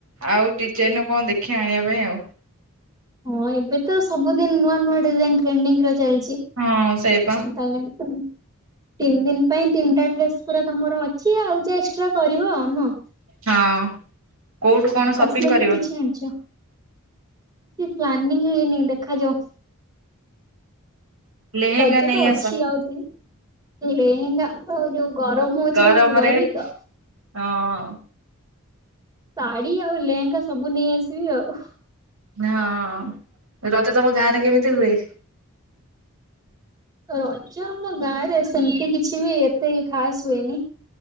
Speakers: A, on the right; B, on the right.
A: ଆଉ ଡିଜାଇନ ଦେଖିଆ କଁ ଆଣିଆ ପାଇଁ ଆଉ।
B: ହଁ ଏବେ ତ ସବୁଦିନ ନୂଆ ନୂଆ ଡିଜାଇନ ଟ୍ରେଣ୍ଡିଙ୍ଗ ରହି ଯାଇଚି
A: ହଁ ସେଇପା
B: ତମର ତ ତିନି ଦିନ ପାଇଁ ତିନିଟା ଡ୍ରେସ ପୁରା ତମର ଅଛି ଆଉ ଯା ଏକ୍ସଟ୍ରା କରିବ ଆଉ ନୁହଁ।
A: ହଁ କୋଉଠୁ କଣ
B: କସ୍ମେଟିକ
A: ସପିଂ କରିବ?
B: କିଛି ଆଣିଛ? କିଛି ପ୍ଲାନିଂ ହେଇନି ଦେଖାଯାଉ।
A: ଲେହେଙ୍ଗା
B: ରଜ
A: ନେଇ
B: ତ ଅଛି
A: ଆସ
B: ଆଉରି। ଲେହେଙ୍ଗା ତ ଯୋଉ ଗରମ ହଉଚି
A: ଗରମରେ
B: ଆଉ ରହିବି ତ।
A: ହଁ ଅଁ।
B: ଶାଢୀ ଆଉ ଲେହେଙ୍ଗା ସବୁ ନେଇ ଆସିବି ଆଉ।
A: ହଁ ରଜ ତମ ଗାଁରେ କେମିତି ହୁଏ?
B: ରଜ ଆମ ଗାଁରେ ସେମିତି କିଛି ବି ଏତେ ଖାସ ହୁଏନି।